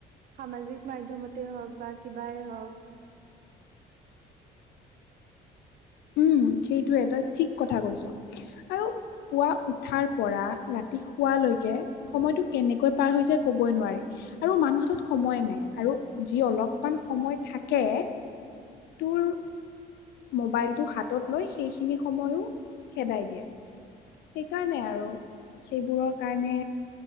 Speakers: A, on the right; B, on the left.
A: সামাজিক মাধ্যমত হওক বা কিবাই হওক।
B: উম সেইটোৱে তই ঠিক কথা কৈছ আৰু পুৱা উঠাৰ পৰা ৰাতি শোৱালৈকে সময়টো কেনেকৈ পাৰ যায় ক'বই নোৱাৰি। আৰু মানুহ হাতত সময়ে নাই আৰু যি অলপমান সময় থাকে তুৰ মোবাইলটো হাতত লৈ সেইখিনি সময়ো খেদাই দিয়ে। সেইকাৰণে আৰু। সেইবোৰৰ কাৰণে